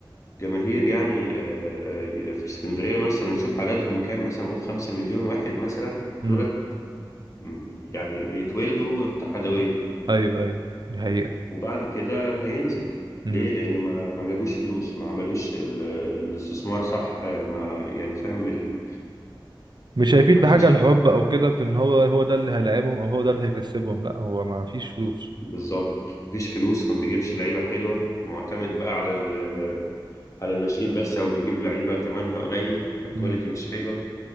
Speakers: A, on the left; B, on the right.
A: جماهير يعني آه، آه، في اسكندرية مثلا نشوف عددهم كام مثلا نقول خمسة مليون واحد مثلا
B: امم
A: دول م- يعني بيتولدوا اتحادوية
B: ايوه ايوه دي حقيقة
A: وبعد كده هينزل
B: امم
A: ليه؟ لأن ما ما جابوش فلوس ما عملوش ال- الاستثمار صح ما يعني فاهم ال...
B: مش هيفيد
A: ما
B: بحاجة
A: فيش
B: الحب او كده في ان هو هو ده اللي هيلاعبهم او هو ده اللي هيكسبهم لا هو ما فيش فلوس
A: بالظبط ما فيش فلوس ما بيجيبش لعيبة حلوة معتمد بقى على ال... على الناشئين بس أو بيجيب لعيبة تمنها قليل فالكواليتي
B: امم
A: مش حلوة